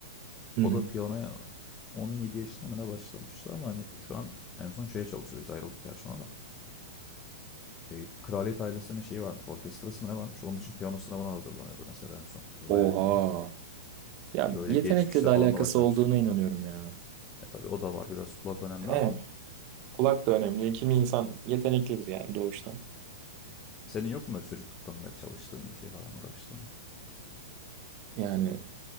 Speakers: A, on the right; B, on the left.
A: Hı
B: O
A: hı.
B: da piyanoya 17 yaşında mı ne başlamıştı ama hani şu an en son şeye çalışıyordu. Biz ayrıldık gerçi ona da. E, Kraliyet ailesinin şeyi varmış. Orkestrası mı ne varmış? Onun için piyano sınavına hazırlanıyordu mesela en son. Kız bayağı
A: Oha.
B: iyiydi.
A: Ya
B: Ki öyle
A: yetenekle
B: geçmişte
A: de
B: falan
A: alakası
B: da başlamış
A: olduğuna
B: değil.
A: inanıyorum ya.
B: E tabii o da var biraz kulak önemli
A: Evet.
B: ama
A: Kulak da önemli. Kimi insan yeteneklidir yani doğuştan.
B: senin yok mu böyle çocukluktan beri çalıştığın bir şey falan uğraştığın?
A: Yani